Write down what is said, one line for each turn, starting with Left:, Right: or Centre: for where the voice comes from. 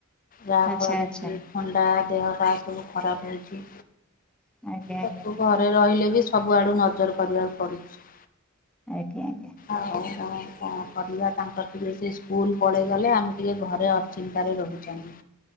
Left: ଯାହାଫଳରେ
Centre: ଆଚ୍ଛା ଆଚ୍ଛା
Left: କି ଥଣ୍ଡା ଦେହ ପା ସବୁ ଖରାପ ହେଉଚି।
Centre: ଆଜ୍ଞା
Left: ତାକୁ
Centre: ଆଜ୍ଞା
Left: ଘରେ ରହିଲେ ବି ସବୁଆଡୁ ନଜର କରିବାକୁ ପଡୁଚି।
Centre: ଆଜ୍ଞା ଆଜ୍ଞା।
Left: ଆଉ କଣ କଣ କରିବା ତାଙ୍କର ଟିକେ ସେ ସ୍କୁଲ ପଳେଇଗଲେ ଆମେ ଟିକେ ଘରେ ଅ ଚିନ୍ତାରେ ରହୁଛନ୍ତି।